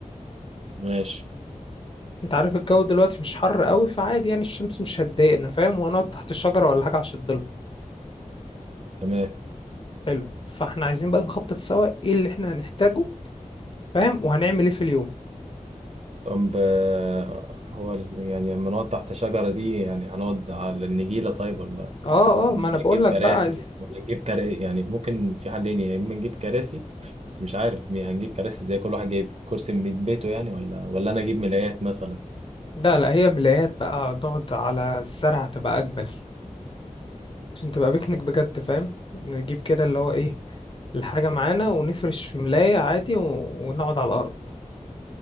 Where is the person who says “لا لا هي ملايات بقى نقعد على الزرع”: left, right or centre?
Left